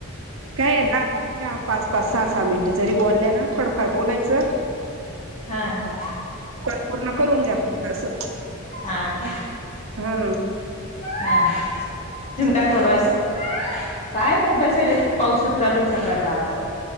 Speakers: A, on the right; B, on the left.
A: काय पाच पाच सहा सहा मिनटं जरी बोलल्याना फडफड बोलायचं.
B: हा हा,
A: काॅल पुर्ण करून जात्यात असं.
B: हां का
A: हा
B: हं तुम्ही काय करू राहीले. काय नाही बस पाऊसचं चालू सकाळचं आज.